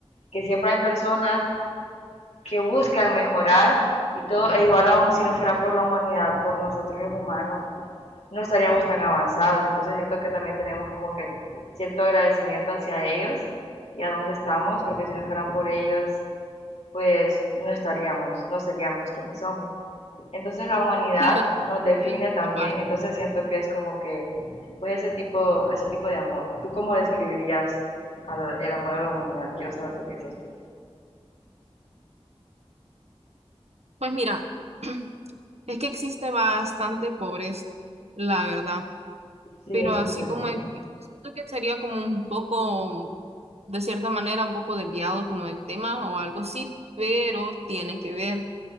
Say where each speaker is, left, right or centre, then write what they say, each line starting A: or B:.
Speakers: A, on the left (about 85°); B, on the right (about 75°).
A: que siempre hay personas que buscan mejorar y todo, e igual aún si no fuera por la humanidad, por nosotros los humanos, no estaríamos tan avanzados. Entonces siento que también tenemos como que cierto agradecimiento hacia ellos y a dónde estamos, porque si no fueran por ellos, pues no estaríamos, no seríamos quienes somos. Entonces la humanidad
B: Sí, yo
A: nos
B: también
A: define
B: por
A: también,
B: parte.
A: entonces siento que es como que, pues ese tipo, ese tipo de amor. ¿Tú cómo describirías al- el amor a la humanidad? Quiero saber qué piensas tú.
B: Pues mira, <clears throat> es que existe bastante pobreza, la verdad,
A: Sí,
B: pero
A: eso
B: así
A: es cierto.
B: como es- siento que sería como un poco, de cierta manera, un poco desviado como el tema o algo así, pero tiene que ver,